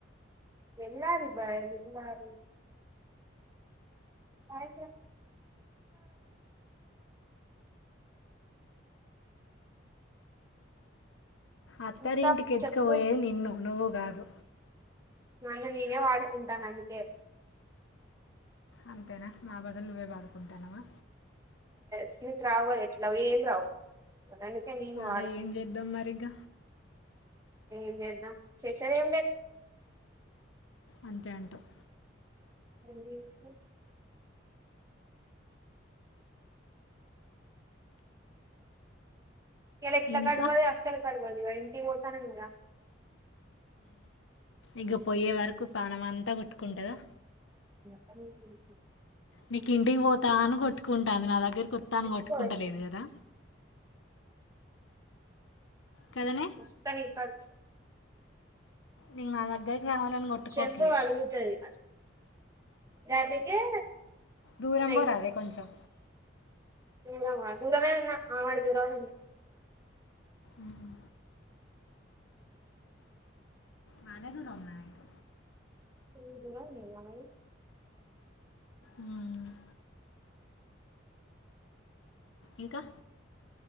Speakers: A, on the right; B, on the left.
A: వెళ్ళాలి బాయ వెళ్ళాలి <unintelligible> అ
B: అత్తారింటికి
A: ఇంకా
B: ఎత్తుకుపోయేది
A: చెప్పు
B: నిన్ను నువ్వు కాదు
A: నన్ను నేనే వాడు కుంటా అందుకే
B: అంతేనా నా బదులు నువ్వే వాడుకుంటానవా
A: స్మిత్ రావాల ఎట్లావి ఏం రావు అందుకే నేను
B: అదే
A: వాడుకుంట
B: ఏం చేద్దాం
A: నా
B: మరి ఇక
A: ఏం చేద్దం చేసేది ఏం లేదు
B: అంతే అంటావ
A: ఏం చేస్తావ్ ఇలా ఇట్లా
B: ఇంకా
A: కడవదు అస్సలు కడవదు ఇక ఇంటికి పోతాను కదా
B: ఇగ పోయే వరకు పాణం అంతా కొట్టుకుంటదా
A: <unintelligible>
B: నీకు ఇంటికి పోతా అని కొట్టుకుంటాను నా దగ్గర కొత్తాను
A: ఎత్తుకో
B: కొట్టుకుంటలేదు కదా కదనే
A: వస్తా నీకాడికి
B: నీకు నా దగ్గరికి రావాలని కొట్టుకోవట్లే
A: చెంప పలుగుతది రాధ కే
B: దూరం
A: నే
B: పోరాదే కొంచెం
A: దూరమా దూరమే ఉన్నా ఆమడ దూరం
B: మ్మ్ నానే దూరం ఉన్నా అయితే
A: చిన్ని దూరం లేదా మరి
B: ఉమ్మ్ ఇంకా